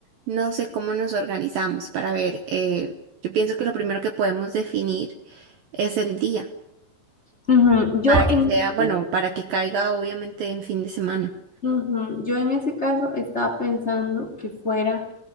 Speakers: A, on the right; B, on the left.
A: no sé cómo nos organizamos para ver, eh, yo pienso que lo primero que podemos definir es el día.
B: Ujú, Yo
A: para que
B: en
A: sea, bueno,
B: este,
A: para que caiga obviamente en fin de semana.
B: ujú, Yo en ese caso estaba pensando que fuera